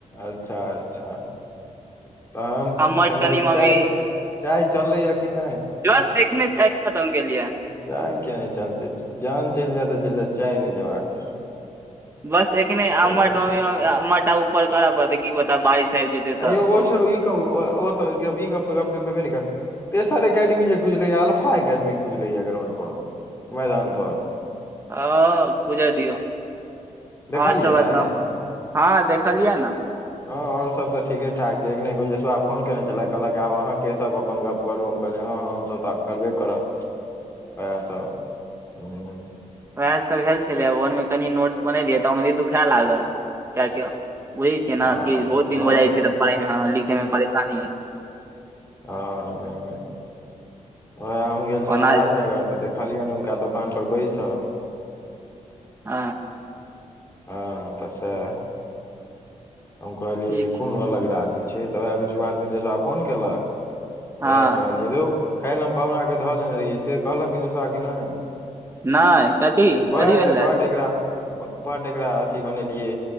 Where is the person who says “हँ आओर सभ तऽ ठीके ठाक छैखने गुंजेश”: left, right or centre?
Left